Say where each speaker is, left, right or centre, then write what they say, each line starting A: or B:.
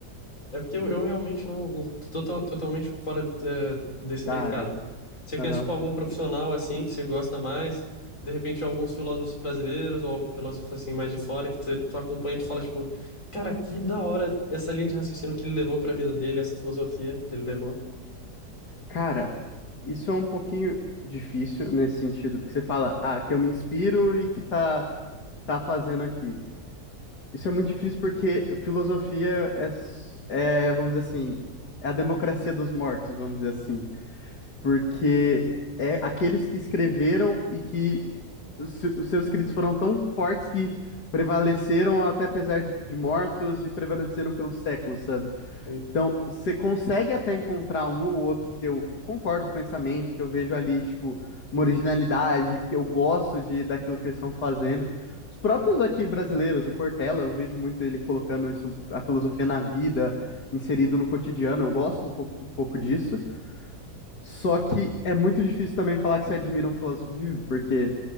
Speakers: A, on the left; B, on the left.
A: é porque eu, eu realmente não, não tô to- totalmente fora é, desse
B: da
A: mercado.
B: área.
A: Você
B: Aham.
A: conhece, tipo, algum profissional, assim, que você gosta mais, de repente alguns filósofos brasileiros ou algum filósofo, assim, mais de fora, que tu, tu acompanha e tu fala, tipo, cara, que da hora essa linha de raciocínio que ele levou pra vida dele, essa filosofia que ele levou.
B: Cara, isso é um pouquinho difícil nesse sentido, porque você fala, ah, que eu me inspiro e que tá, tá fazendo aqui. Isso é muito difícil porque filosofia é, s- é, vamos dizer assim, é a democracia dos mortos, vamos dizer assim. Porque é aqueles que escreveram e que os se- os seus escritos foram tão fortes que prevaleceram até apesar de mortos e prevaleceram pelos séculos, sabe?
A: Sim.
B: Então, você consegue até encontrar um ou outro que eu concordo com o pensamento, que eu vejo ali, tipo, uma originalidade, que eu gosto de daquilo que eles estão fazendo. Os próprios aqui brasileiros, o Cortella, eu vejo muito ele colocando isso, a filosofia na vida, inserido no cotidiano, eu gosto um pouco, um pouco disso. Só que é muito difícil também falar que você admira um filósofo vivo, porque